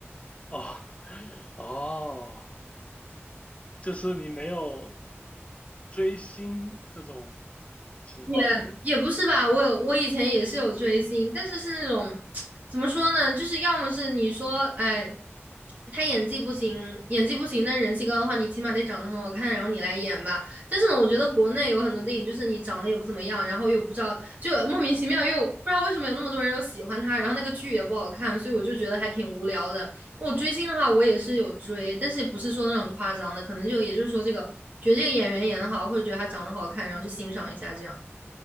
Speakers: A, on the left; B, on the right.
A: 哦 <laughs> 哦。就是你没有追星这种情况
B: 也也不是吧，我有我以前也是有追星，但是是那种 <tsk> 怎么说呢，就是要么是你说，哎，他演技不行，演技不行，但是人气高的话，你起码得长得很好看，然后你来演吧。但是呢，我觉得国内有很多电影，就是你长得也不怎么样，然后又不知道，就莫名其妙又不知道为什么有那么多人又喜欢他，然后那个剧也不好看，所以我就觉得还挺无聊的。我追星的话，我也是有追，但是不是说那种很夸张的，可能就也就是说这个觉得这个演员演的好，或者觉得他长得好看，然后去欣赏一下这样。